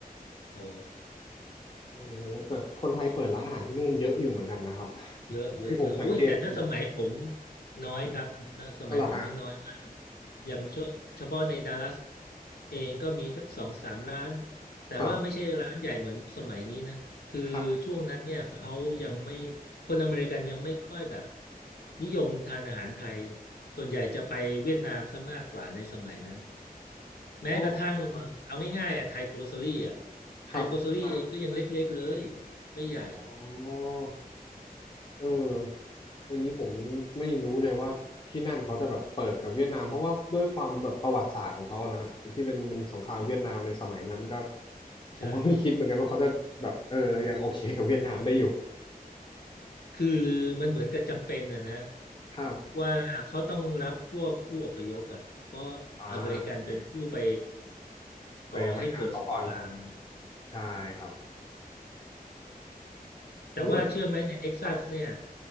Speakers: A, on the left; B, on the left.
A: โอ้
B: โอ้โหแต่คนไทยเปิดร้านอาหารที่นู่นเยอะอยู่เหมือนกันนะครับ
A: เยอะเยอะเยอะอุ้ยแต่ถ้าสมัยผม
B: ที่ผมสังเกตดู
A: น้อยครับนะสมัยผมนี่น้อยมาก
B: อะไรอฮะ
A: อย่างเฉเฉพาะในดัลลัสเองก็มีสักสองสามร้านแต่ว่าไม่ใช่ร้านใหญ่เหมือนสมัยนี้นะคือช่วงนั้นเนี่ยเขายังไม่
B: ครับครับ
A: คนอเมริกันยังไม่ค่อยแบบนิยมทานอาหารไทยส่วนใหญ่จะไปเวียดนามซะมากกว่าในสมัยนั้นแม้กระทั่งเอาง่ายๆอ่ะไทยโกลเซอรี่อ่ะ
B: อ๋อเร
A: ไทยโกลเซอรี่เองก็ยังเล็กๆเลย
B: ครับอ่า
A: ไม่ใหญ่
B: อ๋อเอออันนี้ผมไม่รู้เลยว่าที่นั่นเขาจะแบบเปิดกับเวียดนามเพราะว่าด้วยความแบบประวัติศาสตร์ของเขานะฮะที่เป็นเป็นสงครามเวียดนามในสมัยนั้นก็ผมก็ไม่คิดเหมือนกันว่าเขาจะแบบเออยังโอเคกับเวียดนามได้อยู่
A: ใช่ คือมันเหมือนกับจำเป็นนะนะ
B: ครับ
A: ว่าเขาต้องรับพวกผู้อพยพอ่ะเพราะ
B: อ่าโอเค
A: อเมริกันเป็นผู้ไป
B: ไปไปหาเขาก่อน
A: ก่อให้เกิดสงคราม
B: ใช่ครับ
A: แต่ว่าเชื่อไหมในเท็กซัสเนี่ย
B: แล้วเหมือนครับ